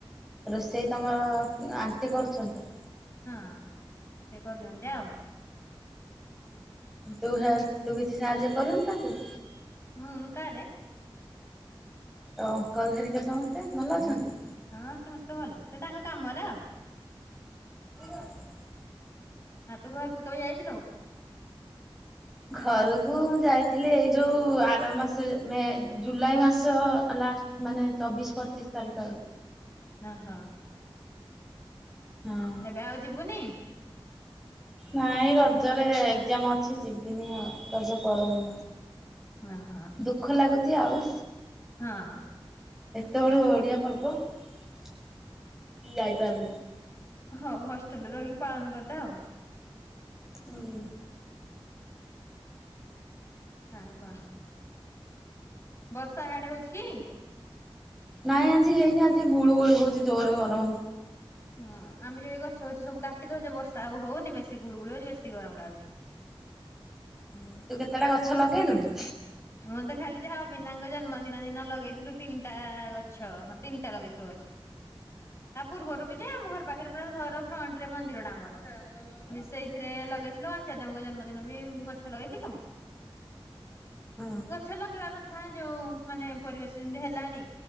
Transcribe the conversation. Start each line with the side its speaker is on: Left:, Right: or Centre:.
Centre: ରୋଷେଇ ତୁମର ଆଣ୍ଟି କରୁଛନ୍ତି?
Left: ହଁ ସେ କରୁଛନ୍ତି ଆଉ।
Centre: ତୁ ହେଲ୍ପ, ତୁ କିଛି ସାହାଯ୍ୟ କରୁନୁ ତାଙ୍କୁ?
Left: ହୁଁ କରେ।
Centre: ଆଉ ଅଙ୍କଲ ହେରିକା ସମସ୍ତେ ଭଲ ଅଛନ୍ତି?
Left: ହଁ ସମସ୍ତେ ଭଲ ସେ ତାଙ୍କ କାମରେ ଆଉ
Centre: <inaudible>
Left: ହଁ ତୁ ଘରକୁ କେବେ ଯାଇଥିଲୁ?
Centre: ଘରକୁ ମୁଁ ଯାଇଥିଲି ଏଇ ଯୋଉ ଆର ମାସ ମେ ଜୁଲାଇ ମାସ ଲାଷ୍ଟ ମାନେ ଚବିଶ ପଚିଶ ତାରିଖ ଆଡ଼କୁ।
Left: ହଁ ହଁ।
Centre: ହଁ
Left: ଏବେ ଆଉ ଯିବୁନି?
Centre: ନାଇଁ ରଜରେ ଏକ୍ଜାମ୍ ଅଛି ଯିବିନି ଆଉ ରଜ ପରଦିନ।
Left: ଓହୋଃ।
Centre: ଦୁଃଖ ଲାଗୁଛି ଆଉ
Left: ହଁ।
Centre: ଏତେ ବଡ଼ ଓଡିଆ ପର୍ବ ମୁଁ ଯାଇପାରୁନି।
Left: ହଁ ହଷ୍ଟେଲରେ ରହିି ପାଳନ କରିଦେ ଆଉ
Centre: ହୁଁ।
Left: ଆଉ କଣ, ବର୍ଷା ଆଡେ ହଉଛି କି?
Centre: ନାଇଁ ଆଜି ହେଇନି ଆଜି ଗୁଳୁ ଗୁଳି ହଉଛି ଜୋରରେ ଗରମ ହଉଛି।
Left: ହଁ ଆମେ ଯୋଉ ଏବେ ଗଛ ଫଛ ସବୁ କାଟିଦଉଛେ ବର୍ଷା ଆଉ ହଉନି ବେଶି ଗୁଳୁ ଗୁଳି ହଉଛି ବେଶି ଗରମ ଲାଗୁଛି।
Centre: ଉ ତୁ କେତେଟା ଗଛ ଲଗେଇଲୁଣି?
Left: ମୁଁ ତ ଖାଲି ଯାହା ଅବିନ୍ଦାଙ୍କ ଜନ୍ମଦିନ ଦିନ ଲଗେଇଥିଲୁ ତିନିଟା ଗଛ ହଁ ତିନିଟା ଲଗେଇ ଥିଲୁ ଗଛ ତା ପୂର୍ବରୁ ବି ଯେ ଆମ ଘର ପାଖରେ ପୁରା ଘର ଫ୍ରଣ୍ଟ ରେ ମନ୍ଦିର ଟା ଆମର ସେଇଥିରେ ଲଗେଇଥିଲୁ ଆଚାର୍ଯ୍ୟଙ୍କ ଜନ୍ମଦିନ ବି ଗଛ ଲଗେଇଥିଲୁ
Centre: ହଁ।
Left: ଗଛ ଲଗେଇବା କଥା ଯୋଉ ମାନେ ପରିବେଶ ଯେମିତି ହେଲାଣି